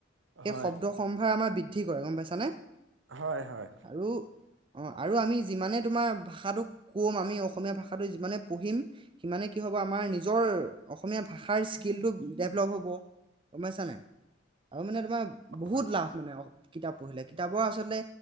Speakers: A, on the right; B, on the right.
A: সেই
B: হয়,
A: শব্দ সম্ভাৰ আমাৰ। ঠিক কৰে গম পাইছানে
B: হয়, হয়,
A: আৰু। অঁ আৰু আমি যিমানে তোমাৰ ভাষাট কম আমি অসমীয়া ভাষাটো যিমানে পঢ়িম। সিমানে কি হ'ব আমাৰ নিজৰ অসমীয়া ভাষাৰ স্কিলটো ডেভলপ হ'ব। গম পাইছানাই আৰু মানে তোমাৰ বহুত
B: হয়,
A: লাভ মানে কিতাপ পঢ়িলে কিতাপৰ আচলতে।